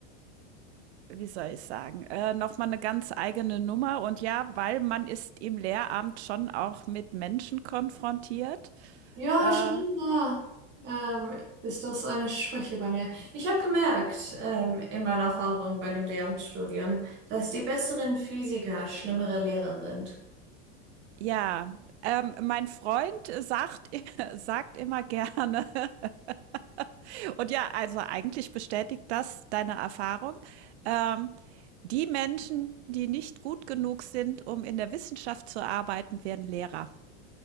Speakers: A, on the right; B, on the right.
A: wie soll ich sagen, äh, nochmal eine ganz eigene Nummer. Und ja, weil man ist im Lehramt schon auch mit Menschen konfrontiert.
B: Ja,
A: Äh,
B: scheinbar ähm, ist das eine Schwäche bei mir. Ich habe gemerkt, ähm, in meiner Erfahrung bei dem Lehramtsstudium, dass die besseren Physiker schlimmere Lehrer sind.
A: ja, ähm, mein Freund sagt, <laughs> sagt immer gerne, <laughs> Und ja, also eigentlich bestätigt das deine Erfahrung. Ähm, die Menschen, die nicht gut genug sind, um in der Wissenschaft zu arbeiten, werden Lehrer.